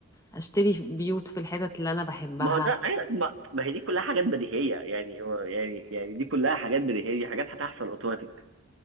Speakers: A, on the left; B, on the right.
A: اشتري بيوت في الحتت اللي انا بحبها
B: ما هو ده ايوه ما, ما هي دي كلها حاجات بديهيه يعني يعني يعني دي كلها حاجات بديهيه دي حاجات هتحصل اوتوماتيك